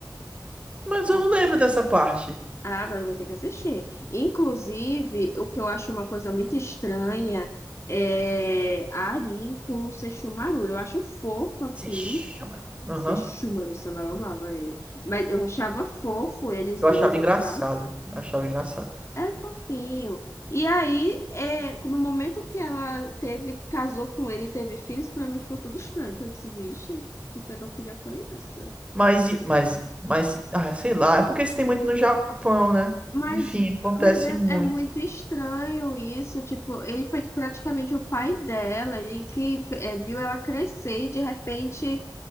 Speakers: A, on the right; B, on the left.
A: Mas eu
B: o-
A: não lembro dessa parte.
B: Ah, agora vai ter que assistir. Inclusive, o que eu acho uma coisa muito estranha é a Arin com o Sesshomaru. Eu acho fofo aqui,
A: Se chama. Aham.
B: Você chuma no samba, eu amava ele. Mas eu achava fofo eles
A: Eu
B: dois
A: achava engraçado.
B: e tal.
A: eu Achava engraçado.
B: É fofinho. E aí, é, no momento que ela teve, casou com ele e teve filhos, pra mim ficou tudo estranho. Eu disse, vixe, que pedofilia foi essa?
A: Mas, e- mas, mas, e- ah, sei lá. É porque isso tem muito no Japão, né?
B: Mas,
A: Enfim, acontece
B: mas é,
A: muito.
B: é muito estranho isso. Tipo, ele foi praticamente o pai dela, ele que é, viu ela crescer e de repente.